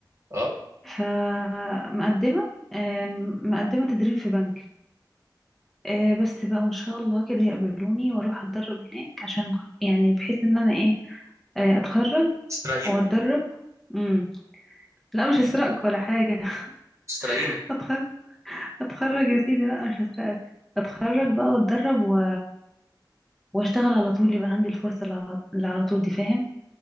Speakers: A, on the right; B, in the centre.
A: اه
B: فمقدمه آم، مقدمه تدريب في بنك آه، بس بقى وان شاء الله كده يقبلوني واروح اتدرب هناك عشان يعني بحيث ان انا ايه آه، اتخرج
A: استرينا
B: واتدرب امم لا مش هسرقك ولا حاجه
A: استرينا
B: <laughs> اتخرج اتخرج يا سيدي لا مش هسرقك اتخرج بقى واتدرب و... واشتغل على طول يبقى عندي الفرصه اللي على اللي على طول دي فاهم